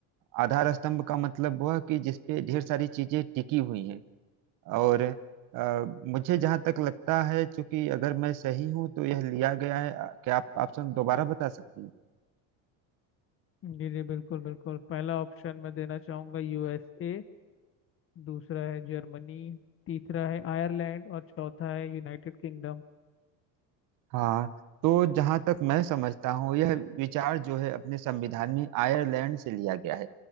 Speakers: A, on the right; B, on the left.
A: आधार स्तंभ का मतलब वह कि जिस पे ढेर सारी चीजें टिकी हुई हैं और आ, मुझे जहाँ तक लगता है चूंकि अगर मैं सही हूँ तो यह लिया गया है क्या आप ऑप्शन दोबारा बता सकते हैं
B: जी जी बिल्कुल बिल्कुल पहला ऑप्शन मैं देना चाहूँगा यूएसए दूसरा है जर्मनी तीसरा है आयरलैंड और चौथा है यूनाइटेड किंगडम
A: हाँ तो जहां तक मैं समझता हूँ यह विचार जो है अपने संविधान में आयरलैंड से लिया गया है